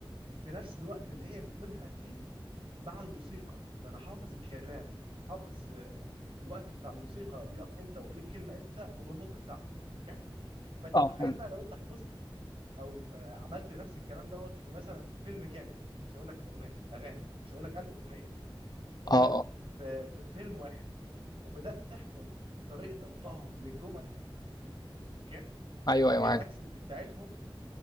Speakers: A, on the right; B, on the left.
A: في نفس الوقت اللي هي بتقولها فيه مع الموسيقى فانا حافظ الكلام حافظ آه، الوقت بتاع الموسيقى بيقف امتى واقول الكلمه امتى وبالنطق بتاعها اوكي فانت
B: اه
A: متخيل
B: فهمت.
A: بقى لو انت حفظت او آه، عملت نفس الكلام دوت في مثلا في فيلم كامل مش هقول لك اغنيه اغاني مش هقول لك 1000 اغنيه مثلا هقول
B: اه
A: لك
B: اه
A: في في فيلم واحد وبدات تحفظ طريقه القائهم للجمل اوكي
B: ايوه
A: بالاكسنت
B: ايوه معاك
A: بتاعتهم